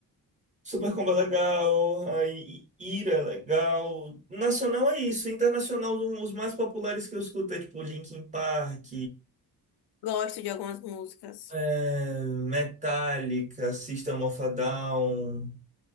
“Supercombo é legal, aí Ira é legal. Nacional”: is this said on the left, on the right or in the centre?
Right